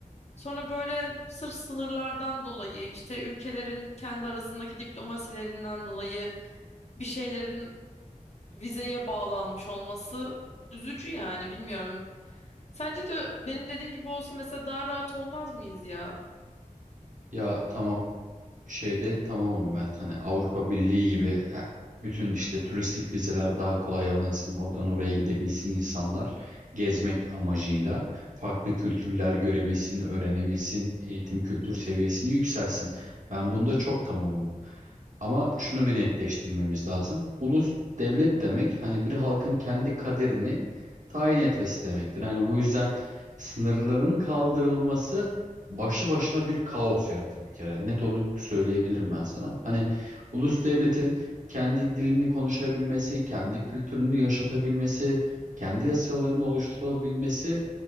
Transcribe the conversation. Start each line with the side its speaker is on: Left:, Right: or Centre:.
Left: Sonra böyle sırf sınırlardan dolayı, işte ülkelerin kendi arasındaki diplomasilerinden dolayı bir şeylerin vizeye bağlanmış olması üzücü yani bilmiyorum. Sence de benim dediğim gibi olsa mesela daha rahat olmaz mıyız ya?
Right: Ya tamam şeyde tamamım ben. Hani Avrupa Birliği gibi he- bütün işte turistik vizeler daha kolay alınsın. Oradan oraya gidebilsin insanlar. Gezmek amacıyla farklı kültürler görebilsin, öğrenebilsin, eğitim kültür seviyesini yükselsin. Ben bunda çok tamamım. Ama şunu bir netleştirmemiz lazım. Ulus devlet demek hani bir halkın kendi kaderini tayin etmesi demektir. Hani bu yüzden sınırların kaldırılması başlı başına bir kaos yaratır bir kere. Net onu söyleyebilirim ben sana. Hani ulus devletin kendi dilini konuşabilmesi, kendi kültürünü yaşatabilmesi, kendi yasalarını oluşturabilmesi